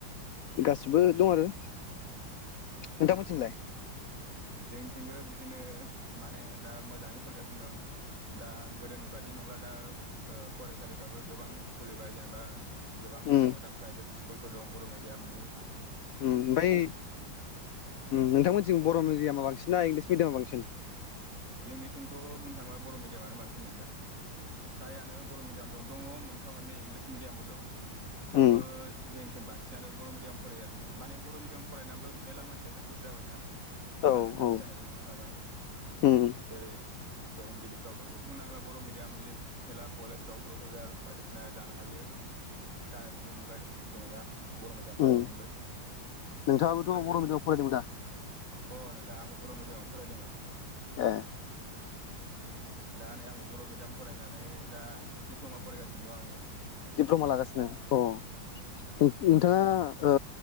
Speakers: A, on the left; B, on the right.
A: गासिबो दं आरो नोंथां मोनथिंलाय?
B: जोंथिंबो बिदिनो माने दा मोजाङै सोलिगासिनो दं दा गोदोनि बादि नंला दा ओ फरायसालिफ्राबो गोबां खुलिबाय जेनेबा गोबां मोजां
A: उम
B: मोजां प्राइभेट स्कुलफोर दं बर' मिडियामनि ।
A: ओम ओमफ्राय नोंथांमोनसिं बर' मिडियामा बांसिन ना इंलिस मिडयामा बांसिन?
B: जोंनिथिंथ' बुंनो थाङोबा बर' मिडियामानो बांसिन नोंथां । फ्रायआनो बर' मिडियाम द दङ । मोनफा मोननै इंलिस मिडियामबो दं । थेवबो
A: उम
B: जों थिं बांसिनानो बर' मिडियाम फरायो आरोखि माने बर' मिडियाम फरायनानैबो मेरला मानसिया साखसेस जाबायना ।
A: औ
B: आरो साक्सेस
A: औ
B: जानायबो नुनो हाबाय ।
A: उम
B: जेरै फोरोंगिरिफ्रावथ' बुंनांला बर' मिडियामनि । मेला कलेजफ्राव प्रफेसार बायदिसिना जानो हायो जानाय नुनो मोनबाय जेनेबा बर' मिडियाम फरायनानैबो
A: ओम नोंथाङाबोथ' बर'
B: आरो जों
A: मिडियामाव फरायदोंमोन दा?
B: अ नोंथाङा आंबो बर' मिडियामावनो फरायदोंमोन।
A: ए
B: दा नै आंबो बर' मिडियाम फरायनानै दा दिप्ल'मा फरायगासिनो दं आंबो।
A: दिप्ल'मा ला गासिनो अ उम उम नोंथाङा ओ